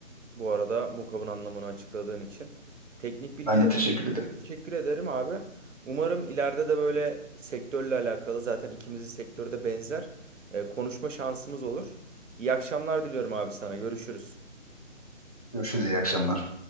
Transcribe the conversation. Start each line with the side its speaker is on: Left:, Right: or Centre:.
Right: Bu arada mukabın anlamını açıkladığın için. Teknik bilgiler
Left: ben de teşekkür
Right: için
Left: ederim.
Right: çok teşekkür ederim abi. Umarım ileride de böyle sektörle alakalı zaten ikimizin sektörü de benzer e, konuşma şansımız olur. İyi akşamlar diliyorum abi sana. Görüşürüz.
Left: Görüşürüz, iyi akşamlar.